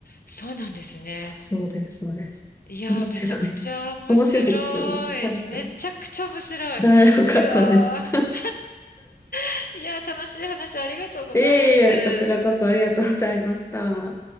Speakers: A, on the left (about 60°); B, on the left (about 15°).
A: そうなんですね。
B: そうです、そうです。
A: いやー、
B: 面白い。
A: めちゃくちゃ面白い。
B: <laughs> 面白いですよね。確かに。
A: めちゃくちゃ面白い。
B: あー、よかったです。
A: いやー。
B: <laughs>
A: <laughs> いやー、楽しい話ありがとうございます。
B: いえいえ、こちらこそありがとうございました。